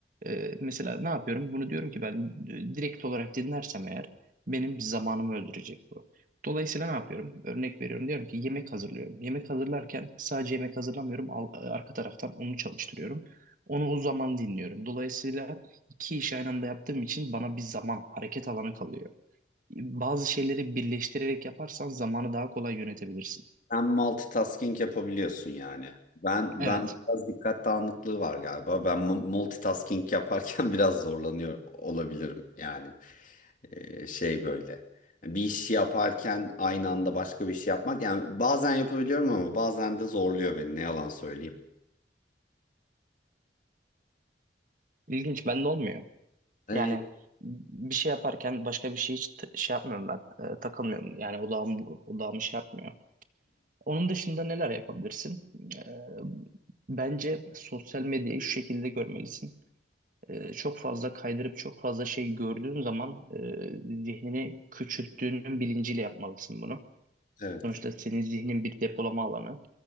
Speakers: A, on the right (about 50°); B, on the left (about 45°).
A: E, mesela ne yapıyorum? Bunu diyorum ki ben e, direkt olarak dinlersem eğer benim zamanımı öldürecek bu. Dolayısıyla ne yapıyorum? Örnek veriyorum. Diyorum ki yemek hazırlıyorum. Yemek hazırlarken sadece yemek hazırlamıyorum. Al- e, arka taraftan onu çalıştırıyorum. Onu o zaman dinliyorum. Dolayısıyla iki işi aynı anda yaptığım için bana bir zaman, hareket alanı kalıyor. Bazı şeyleri birleştirerek yaparsan zamanı daha kolay yönetebilirsin.
B: Sen multitasking yapabiliyorsun yani. Ben
A: Evet,
B: ben biraz dikkat dağınıklığı var galiba. Ben mu- multitasking yaparken <laughs> biraz zorlanıyor olabilirim yani. Ee, şey böyle. Bir iş yaparken aynı anda başka bir şey yapmak. Yani bazen yapabiliyorum ama bazen de zorluyor beni. Ne yalan söyleyeyim.
A: ilginç. Bende olmuyor.
B: Ee,
A: Yani bir şey yaparken başka bir şey hiç t- şey yapmıyorum ben. e, takılmıyorum. Yani odağım, odağımı şey yapmıyor. Onun dışında neler yapabilirsin? E, bence sosyal medyayı şu şekilde görmelisin. E, çok fazla kaydırıp çok fazla şey gördüğün zaman e, zihnini küçülttüğünün bilinciyle yapmalısın bunu.
B: evet.
A: Sonuçta senin zihnin bir depolama alanı.